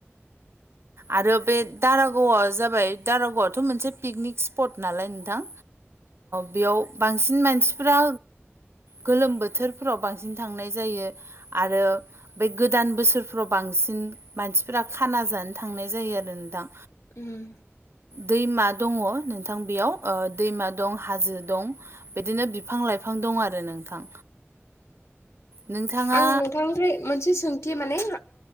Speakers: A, on the right; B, on the left.
A: आरो बे दारागावआ जाबाय दारागावथ' मोनसे पिकनिक् स्पट नालाय नोंथां बेयाव बांसिन मानसिफ्रा गोलोम बोथोरफोराव बांसिन थांनाय जायो आरो बे गोदान बोसोरफ्राव बांसिन मानसिफोरा खाना जानो थांनाय जायो आरो न दां
B: उम
A: दैमा दङ नोंथां बेयाव दैमा दं हाजो दं बिदिनो बिफां लाइफां दं आरो नोंथां नोंथाङा
B: आं नोंथांनिफ्राय मोनसे सोंथि माने